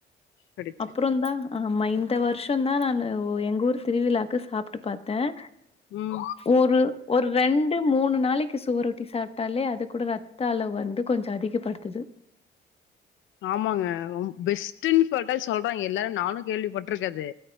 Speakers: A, on the left; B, on the left.
A: கெடைக்கல
B: அப்றோதா ஆமா இந்த வருஷோந்தா நானு ஓ எங்கூர் திருவிழாக்கு சாப்ட்டு பாத்தேன்
A: உம்
B: ஒரு ஒரு ரெண்டு மூணு நாளைக்கு சுவரொட்டி சாப்ட்டாலே அது கூட ரத்த அளவு வந்து கொஞ்சோ அதிக படுத்துது
A: ஆமாங்க ரொம் பெஸ்ட்டுன்னு சொல்லிட்டா சொல்றே எல்லாரு நானு கேள்விப்பட்டிருக்கேது